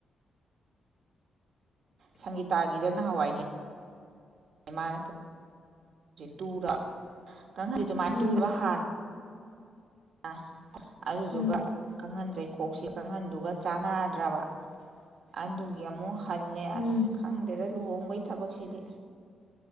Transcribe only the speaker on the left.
ꯎꯝ
ꯎꯝ
ꯎꯝ